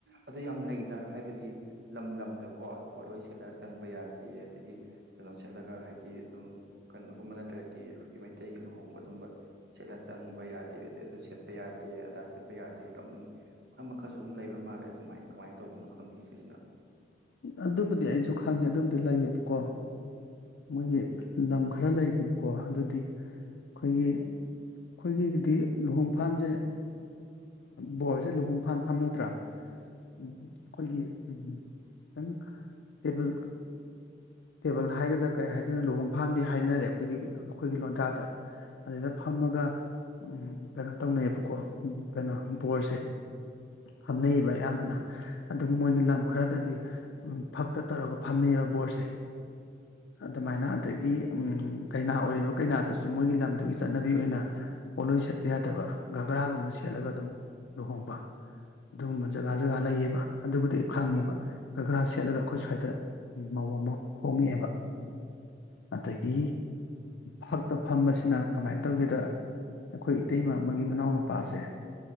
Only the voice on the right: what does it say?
ꯑꯗꯨꯗ ꯌꯥꯝ ꯂꯩꯗ ꯍꯥꯏꯕꯗꯤ ꯂꯝ ꯂꯝꯗꯀꯣ ꯄꯣꯠꯂꯣꯏ ꯁꯦꯠꯂꯒ ꯆꯪꯕ ꯌꯥꯗꯦ ꯑꯗꯒꯤ ꯀꯩꯅꯣ ꯁꯦꯠꯂꯒ ꯍꯥꯏꯗꯤ ꯑꯗꯨꯝ ꯀꯩꯅꯣꯒꯨꯝꯕꯅ ꯅꯠꯇ꯭ꯔꯗꯤ ꯑꯩꯈꯣꯏꯒꯤ ꯃꯩꯇꯩꯒꯤ ꯂꯨꯍꯣꯡꯕ ꯑꯗꯨꯨꯝꯕ ꯁꯦꯗꯥ ꯆꯪꯕ ꯌꯥꯗꯦ ꯑꯗꯩ ꯑꯗꯨ ꯁꯦꯠꯄ ꯌꯥꯗꯦ ꯑꯗꯥ ꯁꯦꯠꯄ ꯌꯥꯗꯦ ꯀꯝꯒꯤ ꯃꯈꯜ ꯃꯈꯜꯁꯨ ꯑꯗꯨꯝ ꯂꯩꯕ ꯃꯥꯜꯂꯦ ꯑꯗꯨꯃꯥꯏ ꯀꯃꯥꯏꯅ ꯇꯧꯕꯅꯣ ꯈꯪꯗꯦꯉꯦ ꯁꯤꯁꯤꯅ